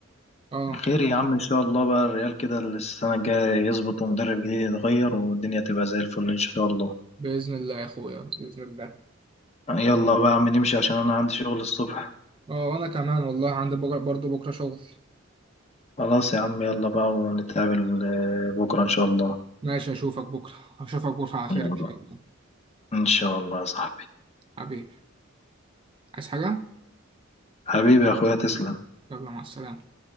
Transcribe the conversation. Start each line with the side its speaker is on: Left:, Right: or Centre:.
Right: اه
Left: خير يا عم ان شاء الله بقى الريال كده السنه الجايه يظبط ومدرب جديد يتغير والدنيا تبقى زي الفل ان شاء الله
Right: باذن الله يا اخويا باذن الله
Left: يلا بقى يا عم نمشي عشان انا عندي شغل الصبح
Right: اه وانا كمان والله عندي بكره برضه بكره شغل
Left: خلاص يا عم يلا بقى ونتقابل آه، بكره ان شاء الله
Right: ماشي اشوفك بكره اشوفك بكره على خير
Left: يلا.
Right: ان شاء الله
Left: ان شاء الله يا صاحبي
Right: حبيبي عايز حاجه
Left: حبيبي يا اخويا تسلم
Right: يلا مع السلامه